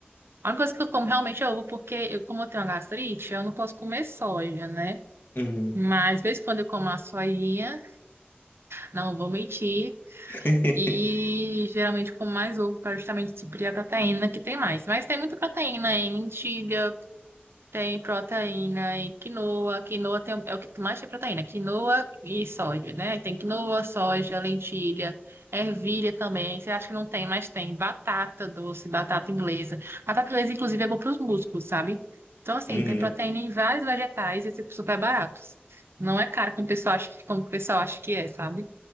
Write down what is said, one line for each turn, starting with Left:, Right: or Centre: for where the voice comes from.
Right: A única coisa que eu como realmente é ovo, porque eu, como eu tenho uma gastrite, eu não posso comer soja, né?
Left: uhum.
Right: Mas de vez em quando eu como a sojinha, não vou mentir.
Left: <laughs>
Right: E geralmente com mais ovo para justamente suprir a proteína que tem mais. Mas tem muita proteína em lentilha, tem proteína em quinoa. Quinoa tem, é o que mais tem proteína, quinoa e soja, né? Tem quinoa, soja, lentilha, ervilha também. Você acha que não tem, mas tem batata doce, batata inglesa. Batata inglesa, inclusive, é bom para os músculos, sabe? Então, assim,
Left: Uhum,
Right: tem proteína em vários vegetais e esses super baratos. Não é caro como o pessoal acha, como o pessoal acha que é, sabe?